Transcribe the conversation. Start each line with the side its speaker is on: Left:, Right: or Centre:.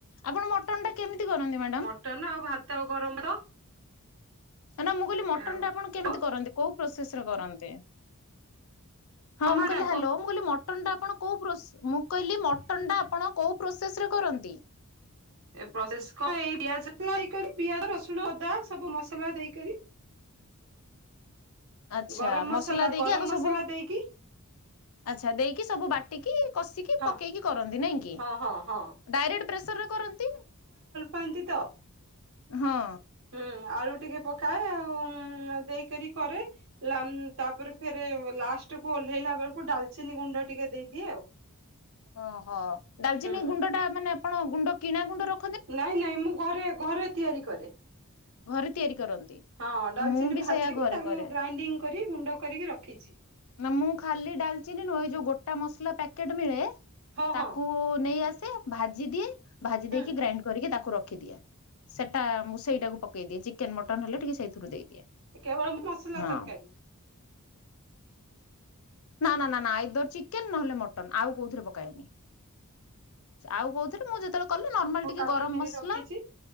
Left: ଆପଣ ମଟନ ଟା କେମିତି କରନ୍ତି ମ୍ୟାଡ଼ାମ?
Right: ମଟନ ଆଉ ଭାତ ଆଉ ଗରମ ଭାତ।
Left: ନା ମୁଁ କହିଲି ମଟନ୍
Right: ଆଉ
Left: ଟା ଆପଣ କେମିତି
Right: ହଁ
Left: କରନ୍ତି କୋଉ ପ୍ରୋସେସରେ କରନ୍ତି। ହଁ
Right: ମ୍ୟାଡାମ
Left: ମୁଁ କହିଲି ହ୍ୟାଲୋ
Right: କୁହ
Left: ମୁଁ କହିଲି ମଟନ ଟା ଆପଣ କୋଉ ମୁଁ କହିଲି ମଟନ ଟା ଆପଣ କୋଉ ପ୍ରୋସେସରେ କରନ୍ତି।
Right: ଏ ପ୍ରୋସେସ କଣ ଏଇ ପିଆଜ ରସୁଣ ଅଦା ସବୁ ମସଲା ଦେଇକରି
Left: ଆଛା
Right: ଗରମ
Left: ମସଲା ଦେଇକି
Right: ଗରମ
Left: ଆଗ ସବୁ
Right: ମସଲା ଦେଇକି
Left: ଆଛା ଦେଇକି ସବୁ ବାଟ ଟିକି କଷିକି
Right: ହଁ
Left: ପକେଇକି କରନ୍ତି ନାଇଁ କି
Right: ହଁ ହଁ ହଁ
Left: ଡାଇରେକ୍ଟ ପ୍ରେସରରେ କରନ୍ତି।
Right: ପାନ୍ତି ତ।
Left: ହଁ।
Right: ହୁଁ ଆଳୁ ଟିକେ ପକାଏ ଆଉ ଦେଇକରି କରେ। ଲା ମ ତାପରେ ଫେରେ ଲାଷ୍ଟ କୁ ଓହ୍ଲେଇଲା ବେଳକୁ ଡାଲଚିନି ଗୁଣ୍ଡ ଟିକେ ଦେଇଦିଏ ଆଉ।
Left: ଓହୋ ଡାଲଚିନି
Right: ହୁଁ
Left: ଗୁଣ୍ଡ ଟା ମାନେ ଆପଣ ଗୁଣ୍ଡ କିଣା ଗୁଣ୍ଡ ର
Right: ନାଇଁ ନାଇଁ ମୁଁ ଘରେ ଘରେ ତିଆରି କରେ।
Left: ଘରେ ତିଆରି କରନ୍ତି।
Right: ହଁ ଡାଲଚିନି
Left: ମୁଁ ବି
Right: ଭାଜିକି
Left: ସେଇୟା ଘରେ
Right: ତାକୁ
Left: କରେ
Right: ଗ୍ରାଇଣ୍ଡିଙ୍ଗ କରି ଗୁଣ୍ଡ କରିକି ରଖିଛି।
Left: ନା ମୁଁ ଖାଲି ଡାଲଚିନି ନୁହ ଯୋଉ ଗୋଟା ମସଲା ପ୍ୟାକେଟ ମିଳେ
Right: ହଁ
Left: ତାକୁ
Right: ହଁ
Left: ନେଇ ଆସେ ଭାଜି ଦିଏ ଭାଜି
Right: ହୁଁ
Left: ଦେଇକି ଗ୍ରାଇଣ୍ଡ କରିକି ତାକୁ ରଖିଦିଏ। ସେଟା ମୁଁ ସେଇଟାକୁ ପକେଇଦିଏ ଚିକେନ ମଟନ ହେଲେ ଟିକେ ସେଇଥିରୁ ଦେଇଦିଏ।
Right: କେବଳ ମସଲା
Left: ହଁ
Right: ତରକାରୀ।
Left: ନା ନା ନା ଏର ଚିକେନ ନହେଲେ ମଟନ ଆଉ କୋଉଥିରେ ପକଏନି ଆଉ କହୁଥିଲ ମୁଁ ଯେତେବେଳେ କଲେ ନର୍ମାଲ ଟିକେ
Right: କାଟିକିରି
Left: ଗରମ ମସଲା
Right: ରଖିଛି